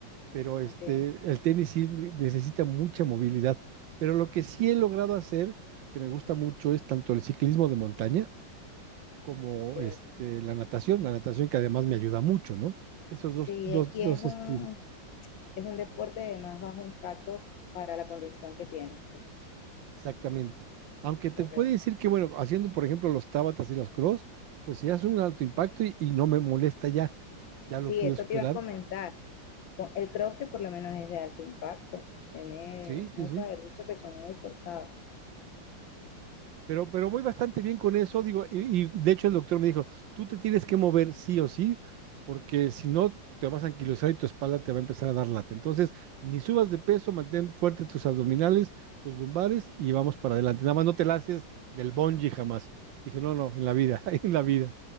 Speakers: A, on the right; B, on the left.
A: pero este,
B: Ok,
A: el tenis sí necesita mucha movilidad. Pero lo que sí he logrado hacer, que me gusta mucho, es tanto el ciclismo de montaña como
B: ok.
A: este, la natación, la natación que además me ayuda mucho, ¿no? Esos dos,
B: Sí,
A: dos,
B: e- y
A: dos,
B: es un,
A: este,
B: es un deporte de más bajo impacto para la condición que tienes, pues,
A: exactamente. Aunque te
B: correcto.
A: puede decir que, bueno, haciendo, por ejemplo, los tábatas y los cross, pues si hace un alto impacto y, y no me molesta ya, ya
B: Sí,
A: lo pude
B: eso
A: superar.
B: te iba a comentar. Con- El CrossFit por lo menos es de alto impacto. Tiene
A: Sí, sí,
B: muchos
A: sí.
B: ejercicios que son muy forzados.
A: Pero, pero voy bastante bien con eso, digo, y, y de hecho el doctor me dijo, tú te tienes que mover sí o sí, porque si no te vas a anquilosar y tu espalda te va a empezar a dar lata. Entonces, ni subas de peso, mantén fuerte tus abdominales, tus lumbares y vamos para adelante. Nada más no te lances del bungee jamás. Dije, no, no, en la vida, <laughs> en la vida.